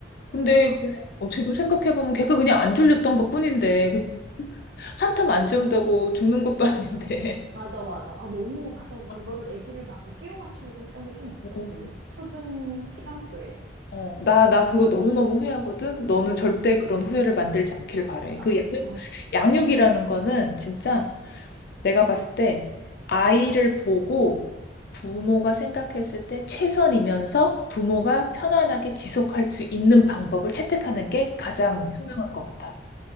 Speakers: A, on the left; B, on the right.
A: 근데 그- 어, 지금 생각해보면 걔가 그냥 안 졸렸던 것뿐인데 한텀 안 재운다고 죽는 것도 아닌데.
B: 맞아, 맞아. 아, 너무, 맞아. 그거를
A: <laughs>
B: 애기를 나도 끼워 맞추려고 했던 게 좀 있어.
A: 음.
B: 그 표준 시간표에.
A: 어, 나, 나 그거 너무너무 후회하거든? 너는 절대
B: 응.
A: 그런 후회를 만들지 않길 바래.
B: 아,
A: 그 양육,
B: 어,
A: 양육이라는 거는 진짜 내가 봤을 때 아이를 보고 부모가 생각했을 때 최선이면서 부모가 편안하게 지속할 수 있는 방법을 채택하는 게 가장
B: 어,
A: 현명한 것 같아.